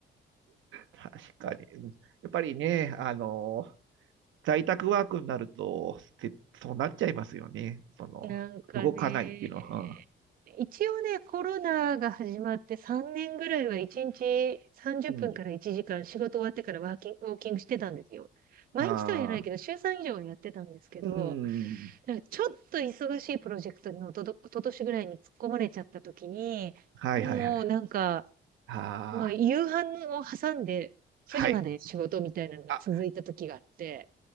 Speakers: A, on the right; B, on the right.
A: 確かに。うんやっぱりね、あの、在宅ワークになると、せそうなっちゃいますよね。その、
B: なんかね
A: 動かないっていうのは。
B: 一応ね、コロナが始まって3年ぐらいは1日30分から1時間仕事終わってからワーキング、
A: うん。うん
B: ウォーキングしてたんですよ。毎日とは言わないけど、
A: ああ、
B: 週3以上はやってたんですけど、
A: うん。
B: なんかちょっと忙しいプロジェクトにおとど、おととしぐらいに突っ込まれちゃった時に、
A: はいはいはい。
B: もうなんか、
A: あ
B: まあ、夕飯を挟んで9時まで仕事みたいなのが続いた時があって、
A: あ、はい。あ、